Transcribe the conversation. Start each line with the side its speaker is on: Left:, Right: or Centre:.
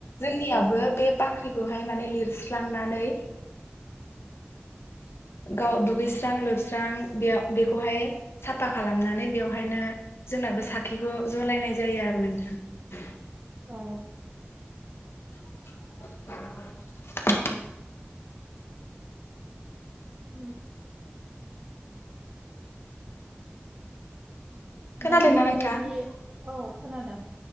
Left: जोंनियाबो बे बाख्रिखौहाय माने लिरस्रांनानै
Right: <inaudible>
Left: गाव दुगैस्रां लोब बेखौहाय साफा खालामनानै बेवहायनो जोंनाबो साखिखौ जरायनाय जायो आरो नोंथां।
Right: अ।
Left: <inaudible>
Right: <inaudible>
Left: खोनादोंना
Right: दा बेफोर
Left: नोंथां?
Right: बायदि औ खोनादों।